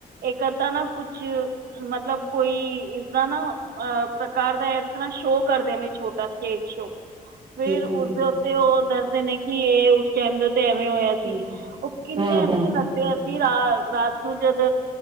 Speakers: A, on the right; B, on the right.
A: ਇੱਕ ਅੱਧਾ ਨਾ ਕੁਛ, ਮਤਲਬ ਕੋਈ ਇਸਦਾ ਨਾ, ਪ੍ਰਕਾਰ ਦਾ ਇਸ ਤਰ੍ਹਾਂ ਸ਼ੋਅ ਕਰਦੇ ਨੇ, ਛੋਟਾ ਸਟੇਜ ਸ਼ੋਅ। ਫਿਰ ਉਸਦੇ
B: ਹੂੰ,
A: ਉੱਤੇ ਉਹ ਦੱਸਦੇ ਨੇ ਕਿ, ਇਹ ਉਸ ਟਾਈਮ ਦੇ ਉੱਤੇ ਐਵੇਂ ਹੋਇਆ
B: ਹੂੰ। ਹੂੰ,
A: ਸੀ। ਉਹ ਕਿੰਨੇ
B: ਹਾਂ, ਹਾਂ।
A: ਅੱਛੇ ਲੱਗਦੇ ਅਸੀਂ ਰਾ ਰਾਤ ਨੂੰ ਜਦ,